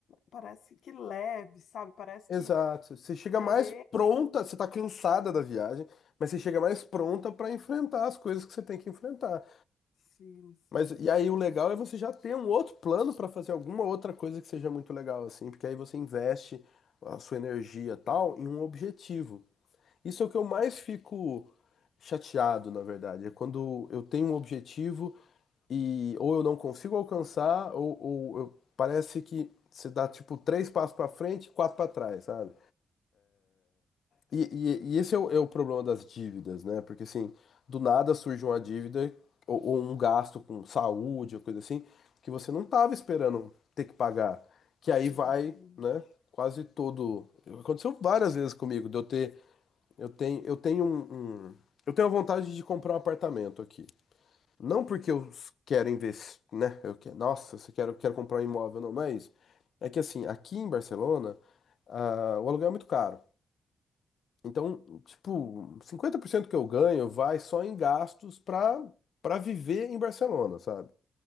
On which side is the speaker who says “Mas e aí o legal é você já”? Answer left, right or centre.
Left